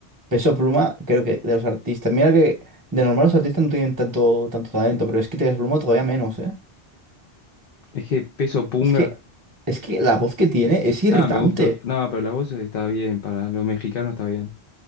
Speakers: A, on the right (about 20°); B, on the left (about 65°).
A: Peso Pluma, creo que de los artistas. Mira que de normal los artistas no tienen tanto, tanto talento, pero es que Peso Pluma todavía menos, ¿eh?
B: Es que peso punga.
A: Es que, es que la voz que tiene es irritante
B: Ah, me gusta. No, pero la voz está bien, para los mexicanos está bien.